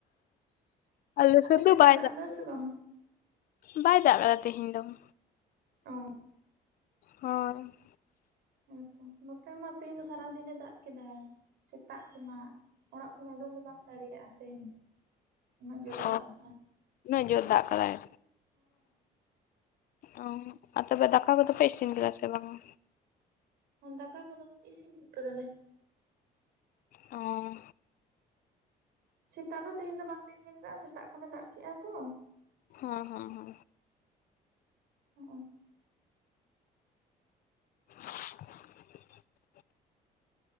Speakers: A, on the left; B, on the right.
A: ᱟᱞᱮ
B: ᱟᱯᱮ
A: ᱥᱮᱫ
B: ᱥᱮᱱ
A: ᱫᱚ
B: ᱫᱚᱭ
A: ᱵᱟᱭ ᱫᱟᱜ
B: ᱮᱫᱟ
A: ᱠᱟᱫᱟ
B: ᱥᱮ ᱵᱟᱝᱟ?
A: ᱵᱟᱭ ᱫᱟᱜ ᱠᱟᱫᱟ ᱛᱮᱦᱮᱧ ᱫᱚ ᱾
B: ᱚ᱾
A: ᱦᱳᱭ᱾
B: ᱦᱮᱸᱛᱚ ᱱᱚᱛᱮ ᱢᱟ ᱛᱮᱦᱮᱧ ᱫᱚ ᱥᱟᱨᱟᱫᱤᱱᱮ ᱫᱟᱜ ᱠᱮᱫᱟ ᱥᱮᱛᱟᱜ ᱠᱷᱚᱱᱟᱜ ᱾ ᱚᱲᱟᱜ ᱠᱷᱚᱱ ᱩᱰᱩᱝ ᱫᱚ ᱵᱟᱝ ᱫᱟᱲᱮᱭᱟᱜᱼᱟ ᱛᱮᱦᱮᱧ ᱫᱚ ᱩᱱᱟᱹᱜ ᱡᱳᱨᱮ
A: ᱚ
B: ᱫᱟᱜ ᱟᱠᱟᱜᱼᱟ ᱾
A: ᱩᱱᱟᱹᱜ ᱡᱳᱨ ᱫᱟᱜ ᱠᱟᱫᱟᱭ? ᱚ ᱟᱨ ᱛᱚᱵᱮ ᱫᱟᱠᱟ ᱠᱚᱫᱚ ᱯᱮ ᱤᱥᱤᱱ ᱠᱮᱫᱟ ᱥᱮ ᱵᱟᱝᱟ?
B: ᱦᱚ ᱫᱟᱠᱟ ᱠᱚᱫᱚ ᱤᱥᱤᱱ ᱠᱟᱫᱟᱞᱮ᱾
A: ᱚ
B: ᱥᱮᱛᱟᱜ ᱫᱚ ᱛᱮᱦᱮᱧ ᱫᱚ ᱵᱟᱝᱞᱮ ᱤᱥᱤᱱ ᱟᱠᱟᱫᱟ ᱥᱮᱛᱟᱜ ᱠᱷᱚᱱᱮ ᱫᱟᱜ ᱠᱮᱜᱼᱟ ᱛᱚ ᱾
A: ᱦᱚ ᱦᱚ ᱦᱚ᱾
B: ᱚ
A: <unintelligible>